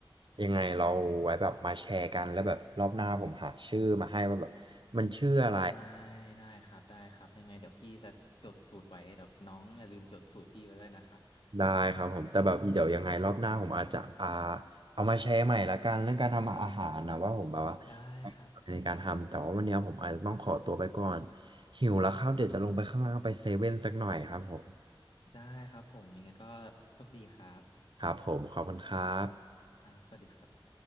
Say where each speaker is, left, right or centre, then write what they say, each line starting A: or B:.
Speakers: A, on the right; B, on the left.
A: ยังไงเราไว้แบบมาแชร์กันแล้วแบบรอบหน้าผมหาชื่อมาให้ว่าแบบมันชื่ออะไร
B: ได้ได้ครับได้ครับยังไงเดี๋ยวพี่จะจดสูตรไว้เดี๋ยวน้องอย่าลืมจดสูตรพี่ไว้ด้วยนะครับ
A: ได้ครับผมแต่แบบเดี๋ยวยังไงรอบหน้าผมอาจจะอ่าเอามาแชร์ใหม่ละกันเรื่องการทำอาหารนะว่าผมแบบว่า
B: ได้ครับ
A: ในการทำแต่ว่าวันนี้ผมอาจจะต้องขอตัวไปก่อนหิวแล้วครับเดี๋ยวจะลงไปข้างล่างไปเซเว่นสักหน่อยครับผม
B: ได้ครับผมยังไงก็โชคดีครับ
A: ครับผมขอบคุณครับ
B: ครับสวัสดีครับ